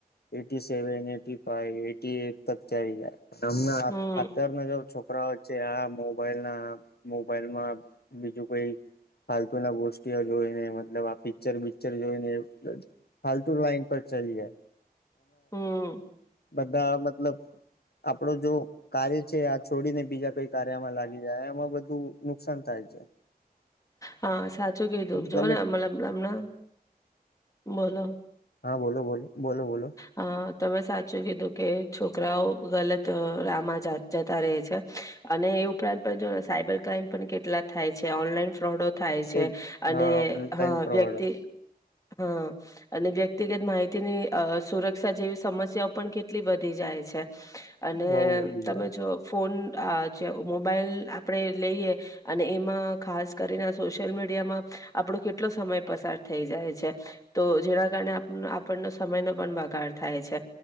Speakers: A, on the left (about 80°); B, on the left (about 20°).
A: eighty seven, eighty five, eighty eight તક ચાયલી જાય. આમના અ,
B: હમ
A: અત્યારના જે છોકરાઓ છે આ મોબાઈલના, મોબાઈલમાં બીજું કોઈ ફાલતુ ના ગોષ્ટીઓ જોઈને મતલબ આ પિક્ચર બિક્ચર જોઈને ફાલતુ લાઈન પર ચલીયે.
B: હમ્મ.
A: બધા મતલબ આપડો જો કાર્ય છે આ છોડીને બીજા કઈ કાર્યમાં લાગી જાય એમાં બધું નુકસાન થાય. છે.
B: હા સાચું કીધું જો
A: તમે
B: ને એમ મતલબ એમના બોલો
A: હા બોલો બોલો. બોલો બોલો
B: હ તમે સાચું કીધું કે છોક છોકરાઓ ગલત રહમા જતા રહે છે, અને એ ઉપરાંત પણ જો સાયબર ક્રાઈમ પણ કેટલા થાય છે ઓનલાઈન ફ્રોડો થાય છે
A: એજ
B: અને
A: હા ઓનલાઈન
B: હ
A: ફ્રોડ
B: વ્યક્તિ હા, અને વ્યક્તિગત માહિતીની અ સુરક્ષા જેવી સમસ્યાઓ પણ કેટલી વધી જાય છે. અને
A: બઉ વધી
B: તમે
A: જાય
B: જો ફોન આ જે મોબાઈલ આપરે લઈએ અને એમાં ખાસ કરીને સોશિયલ મીડિયામાં આપણો કેટલો સમય પસાર થઈ જાય છે તો જેના કારણે આપણો સમયનો પણ બગાડ થાય છે,